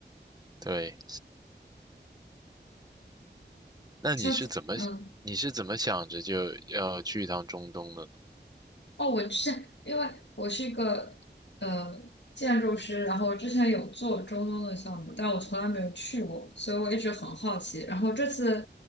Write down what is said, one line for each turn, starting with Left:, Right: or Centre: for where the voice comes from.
Right: 对，那你是怎么你是怎么想着就要去一趟中东的呢？
Left: 像嗯。哦，我之前因为我是一个呃建筑师，然后之前有做中东的项目，但我从来没有去过，所以我一直很好奇。然后这次